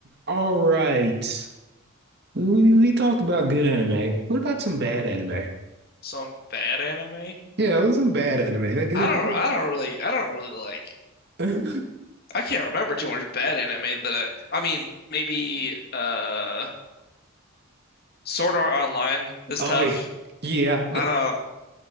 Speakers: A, on the right; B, on the left.
A: All right. We, we we talked about good anime. What about some bad anime?
B: some bad anime.
A: Yeah, it was some bad anime. Like, it-
B: I don't I don't really I don't really like
A: it-
B: I can't remember too much bad anime that I I mean maybe uh Sword Art Online
A: <laughs>
B: is
A: Oh
B: tough.
A: yeah. Yeah.
B: I don't